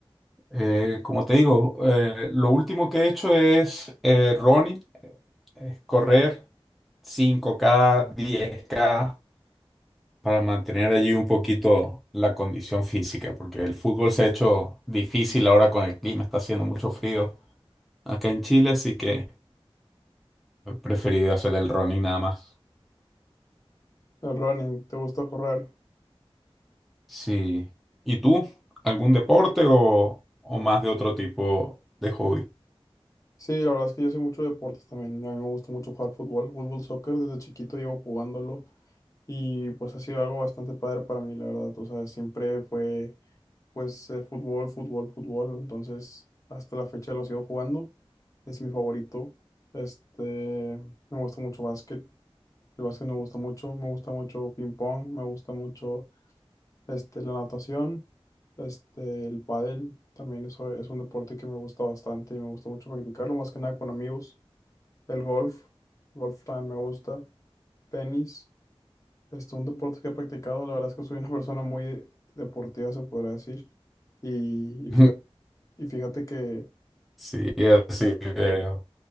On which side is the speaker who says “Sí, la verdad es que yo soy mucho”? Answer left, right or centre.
Left